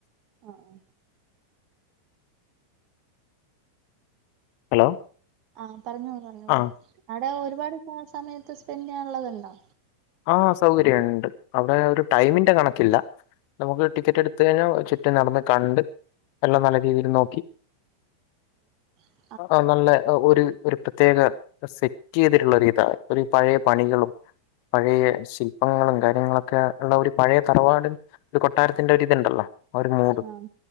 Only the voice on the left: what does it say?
ഹലോ?
ആ
ആഹ സൗകര്യം ഉണ്ട്. അവിടെ ഒരു ടൈമിന്റെ കണക്കില്ല. നമുക്ക് ടിക്കറ്റ് എടുത്ത കഴിഞ്ഞാൽ ഒകെ നടന്ന് കണ്ട് എല്ലാം നല്ല രീതിയിൽ നോക്കി
ആ നല്ല ഒര് ഒരു പ്രത്യേക സെറ്റ ചെയ്തിട്ടുള്ള ഒരിതാ ഒരു പഴയ പണികളും പഴയ ശില്പങ്ങളും കാര്യങ്ങളൊക്കെ ഉള്ള ഒരു പഴയ തറവാട് ഒരു കൊട്ടാരത്തിന്റെ ഒരിതുണ്ടല്ലോ ആ ഒരു മൂഡ്